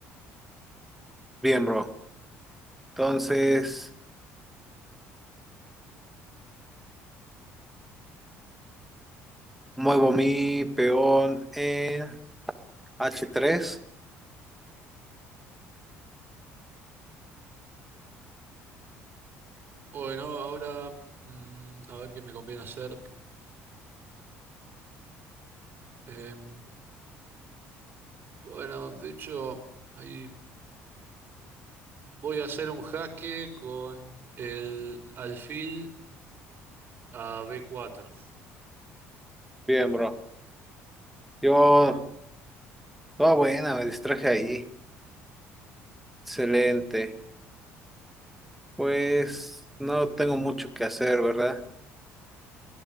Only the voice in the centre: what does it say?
Bien, bro. Entonces... Muevo mi peón en H3.
Bien, bro. Yo, toda buena, me distraje ahí. Excelente. Pues no tengo mucho que hacer, ¿verdad?